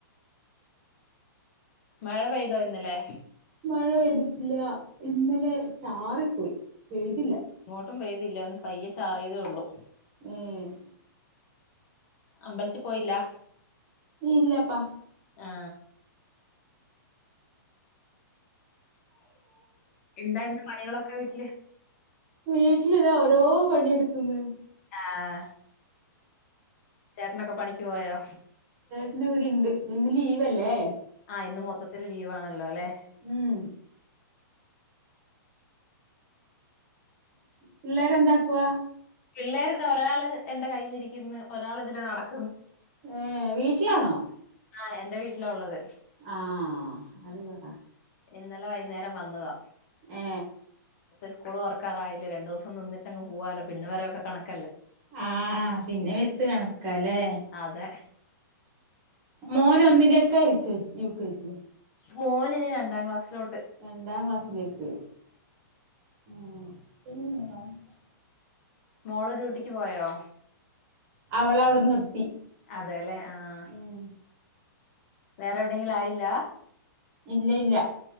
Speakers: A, on the left; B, on the right.
A: മഴ പെയ്തോ ഇന്നലെ
B: മഴ പെയ്തിട്ടില്ല ഇന്നലെ ചാറി പോയി പെയ്തില്ല
A: ട്ടും പെയ്തില്ല ഒന്ന് പയ്യെ ചാറിയതേള്ളൂ
B: ഉം
A: അമ്പലത്തിൽ പോയില്ലാ
B: ഇല്ലാപ
A: ആ എന്താ <unintelligible>
B: വീട്ടിലിതാ ഓരോ പണിയെടുക്കുന്ന്
A: ആ ചേട്ടനൊക്കെ പണിക്ക് പോയോ
B: <unintelligible> ലീവല്ലേ
A: ആ ഇന്ന് മൊത്തത്തിൽ ലീവാണല്ലോ ലെ
B: ഉം പിള്ളേരെന്താക്കുവാ
A: പിള്ളേര് താ ഒരാള് എന്റെ കയ്യിലിരിക്ക്ന്ന് ഒരാള് ഇതിലെ നടക്ക്ന്ന്
B: ഏ വീട്ടിലാണോ
A: ആ എന്റെ വീട്ടിലാ ഒള്ളത്
B: ആ <unintelligible>
A: ഇന്നലെ വൈന്നേരം വന്നതാ
B: ഏ
A: സ്ക്കൂൾ തൊറക്കാറായില്ലേ രണ്ടോസം നിന്നിട്ടങ്ങ് പോവാലോ പിന്നെ <unintelligible>
B: ആഹ് പിന്നെ വിത്ത് കാണക്കാല്ലേ
A: അതെ
B: മോൻ ഒന്നിലേക്കോ L K G U K G യോ
A: മോൻ ഇനി രണ്ടാം ക്ലാസ്സിലോ
B: രണ്ടാം ക്ലാസ്സിലേക്ക് ഉം <unintelligible>
A: മോൾ ഡ്യൂട്ടിക്ക് പോയോ
B: അവൾ അവിടെ നിർത്തി
A: അതെല്ലേ ആഹ്
B: ഉം
A: വേറെ എവിടെങ്കിലും ആയില്ല
B: ഇല്ല ഇല്ല